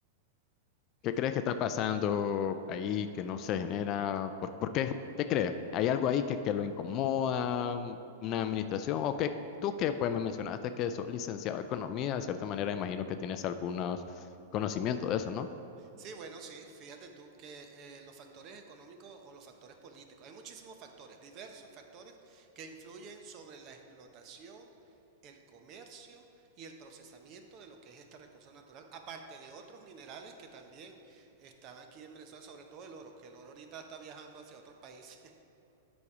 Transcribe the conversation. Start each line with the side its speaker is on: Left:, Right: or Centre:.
Left: ¿Qué crees que está pasando ahí que no se genera? ¿Por, por qué? ¿Qué crees? ¿Hay algo ahí que, que lo incomoda? mm, ¿Una administración? ¿O qué? Tú que pues me mencionaste que sos licenciado en economía, de cierta manera imagino que tienes algunos conocimientos de eso, ¿no?
Right: Sí, bueno, sí, fíjate tú que eh, los factores económicos o los factores políticos, hay muchísimos factores, diversos factores que influyen sobre la explotación, el comercio y el procesamiento de lo que es este recurso natural, aparte de otros minerales que también están aquí en Venezuela, sobre todo el oro, que el oro ahorita está viajando hacia otros países